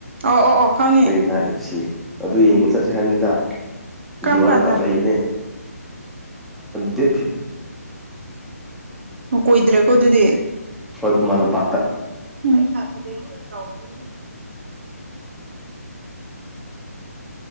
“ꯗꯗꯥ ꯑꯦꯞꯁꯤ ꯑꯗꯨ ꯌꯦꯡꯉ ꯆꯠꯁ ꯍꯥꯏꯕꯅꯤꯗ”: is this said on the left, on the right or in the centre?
Centre